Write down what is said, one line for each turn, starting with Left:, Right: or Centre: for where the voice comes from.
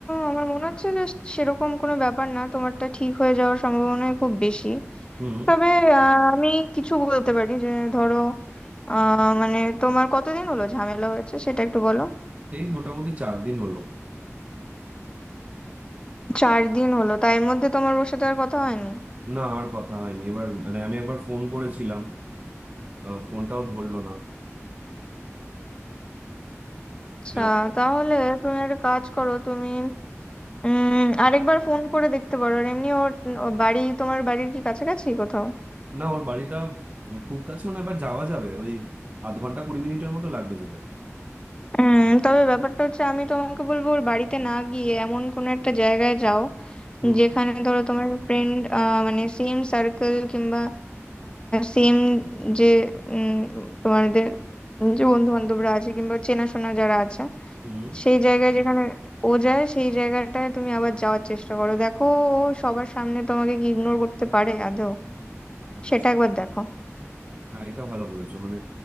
Left: আমার মনে হচ্ছে যে সেরকম কোনো ব্যাপার না তোমারটা ঠিক হয়ে যাওয়ার সম্ভাবনা খুব বেশি
Right: হুম
Left: তবে আহ, আমি কিছু বলতে পারি যে ধরো আহ মানে তোমার কতদিন হলো ঝামেলা হয়েছে সেটা একটু বলো
Right: এই মোটামুটি চার দিন হলো
Left: চার দিন হলো তাই এর মধ্যে তোমার ওর সাথে আর কথা হয়নি
Right: না আর কথা হয়নি এবার মানে আমি একবার ফোন করেছিলাম আহ, ফোনটাও ধরলো না
Left: আচ্ছা
Right: এরকম
Left: তাহলে তুমি একটা কাজ করো তুমি উম আরেকবার ফোন করে দেখতে পারো আর এমনি ওর ওর বাড়ি তোমার বাড়ির কি কাছাকাছি কোথাও
Right: না ওর বাড়িটা খুব কাছেও না এবার যাওয়া যাবে ওই আধ ঘন্টা কুড়ি মিনিটের মতো লাগবে যেতে
Left: উম তবে ব্যাপারটা হচ্ছে আমি তোমাকে বলবো ওর বাড়িতে না গিয়ে এমন কোনো একটা জায়গায় যাও
Right: হুম
Left: যেখানে ধরো তোমার ফ্রেন্ড মানে সেম সার্কেল কিংবা সেম যে উম, তোমাদের যে বন্ধু বান্ধবরা আছে কিংবা চেনাশোনা যারা আছে
Right: হুম
Left: সেই জায়গায় যেখানে ও যায় সেই জায়গাটায় তুমি আবার যাওয়ার চেষ্টা করো দেখো ও সবার সামনে তোমাকে কি ইগনোর করতে পারে আদৌ
Right: আচ্ছা
Left: সেটা একবার দেখো
Right: হ্যাঁ এটা ভালো বলেছো মানে